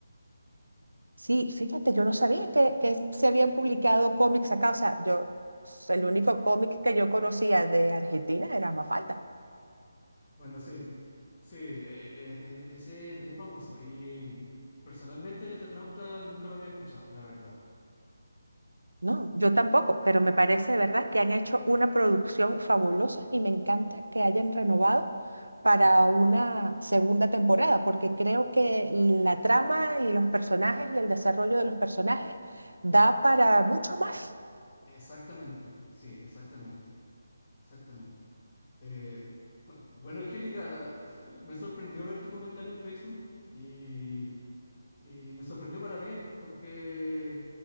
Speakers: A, on the right; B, on the left.
A: sí, fíjate, yo no sabía que, que se habían publicado cómics acá, o sea, yo, el único cómic que yo conocía de Argentina era Mafalda.
B: Bueno, sí, sí, e- e- e- ese es bien famoso y personalmente el Eternauta nunca lo había escuchado, la verdad.
A: No, yo tampoco, pero me parece de verdad que han hecho una producción fabulosa y me encanta que hayan renovado para una segunda temporada, porque creo que la trama y los personajes y el desarrollo de los personajes da para mucho más.
B: Exactamente, sí, exactamente, exactamente. Eh, bu- bueno, Angélica, o sea, me sorprendió ver tu comentario en Facebook y, Y me sorprendió para bien, porque